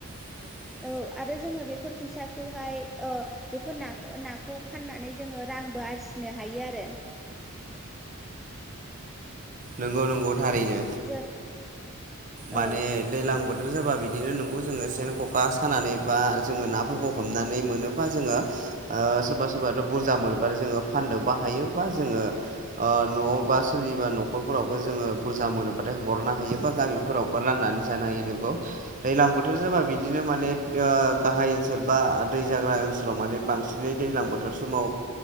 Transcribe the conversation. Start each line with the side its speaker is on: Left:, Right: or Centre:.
Right: <inaudible>
Centre: औ आरो जोङो बेफोर फैसाखौहाय ओ बेफोर ना नाखौ फाननानै जोङो रां ब बासिनो हायो आरो
Right: नोंगौ नोंगौ थारैनो
Centre: जों
Right: माने
Centre: औ
Right: दैलां बोथोर जाबा बिदिनो नोंगौ जोङो सेन ख'खा सानानै बा जोङो नाफोरखौ हमनानै मोनोबा जोङो सोरबा सोरबाथ' बुरजा मोनोबा जोङो फाननोबो हायो बा जोङो न'आव बा सोरनिबा न'खर न'खरफोरावबो जोङो बुरजा मोनोबाथाय हरनो हायो बा गामिफोरावबो राननानै जानो हायो नोंगौ दैज्लां। बोथोर जाबा बिदिनो माने ओ गाहाय ओनसोल बा दै जाग्रा ओनसोलाव माने बांसिनै दैजां बोथोर बोथोर समाव